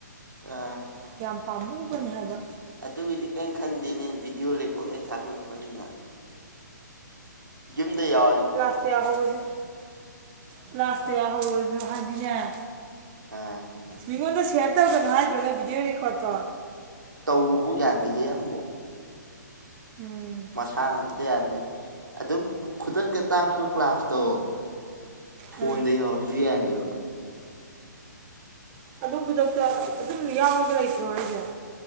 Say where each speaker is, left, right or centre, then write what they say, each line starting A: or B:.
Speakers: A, on the right; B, on the right.
A: ꯑꯥ
B: ꯌꯥꯝ ꯄꯥꯝꯃꯨꯕꯅꯦ ꯍꯥꯏꯕ꯫
A: ꯑꯗꯨꯒꯤꯗꯤ ꯀꯔꯤꯝ ꯈꯟꯗꯦꯅꯦ ꯚꯤꯗꯤꯑꯣ ꯔꯦꯀꯣꯔꯠ ꯂꯣꯏ ꯊꯥꯒꯠꯂꯛꯄꯅꯤꯅ꯫ ꯌꯨꯝꯗ ꯌꯥ
B: ꯀꯂꯥꯁ ꯌꯥꯍꯧꯕꯖꯤ ꯀꯂꯥꯁꯇ ꯌꯥꯍꯧꯔꯁꯨ ꯍꯥꯏꯗꯤꯅꯦ
A: ꯑ
B: ꯃꯤꯉꯣꯟꯗ ꯁꯤꯌꯔ ꯇꯧꯒꯅꯣ ꯍꯥꯏꯗ꯭ꯔꯣꯅꯦ ꯚꯤꯗꯤꯑꯣ ꯔꯦꯀꯣꯔꯠꯇꯣ
A: ꯇꯧꯕꯕꯨꯛ ꯌꯥꯗꯦꯍꯦ ꯑꯃꯕꯨꯛ꯫
B: ꯎꯝ
A: ꯃꯁꯥꯅ ꯑꯝꯇ ꯌꯥꯗꯦ ꯑꯗꯨꯝ ꯈꯨꯗꯛꯇ ꯇꯥꯛꯄ ꯀ꯭ꯂꯥꯁꯇꯣ ꯐꯣꯟꯗ
B: ꯎꯝ
A: ꯌꯥꯎꯔꯖꯨ ꯌꯥꯏꯌꯦꯕ꯫
B: ꯑꯗꯨꯝ ꯈꯨꯗꯛꯇ <unintelligible> ꯌꯥꯎꯒ ꯂꯩꯇꯔꯣ ꯍꯥꯏꯖꯦ꯫